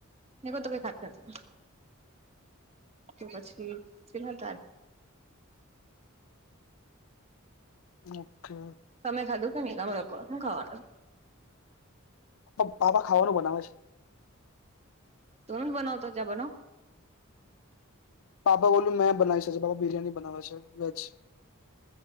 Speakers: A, on the right; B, on the left.
A: ને કો તો કઈ ખાત નથી તો પછી ફિલહાલ
B: ઓકે
A: તમે ખાધું કે નહી તમે લોકો હું ખાવાના
B: પાપા ખાવાનું બનાવે છે
A: ત બનવતો ત્યા બનાવ જ
B: પાપા બોલ્યું મેં બનાવી શ બાપા બિરિયાની બનાવે છે વેજ